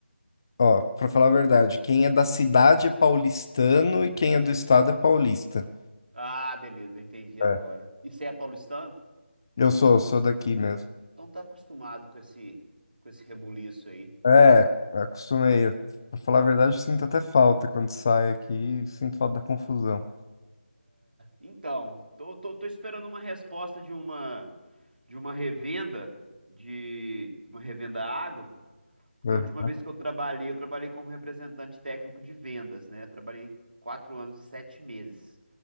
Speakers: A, on the left; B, on the right.
A: ó, pra falar a verdade, quem é da cidade é paulistano e quem é do estado é paulista.
B: ah, beleza, entendi
A: É.
B: agora. E você é paulistano?
A: Eu sou, sou daqui mesmo.
B: Então tá acostumado com esse, com esse rebuliço aí.
A: É, acostumei. Pra falar a verdade, sinto até falta quando saio aqui, sinto falta da confusão.
B: Então, tô, tô, tô esperando uma resposta de uma, de uma revenda, de uma revenda agro. Porque
A: Aham.
B: a última vez que eu trabalhei, eu trabalhei como representante técnico de vendas, né? Eu trabalhei quatro anos e sete meses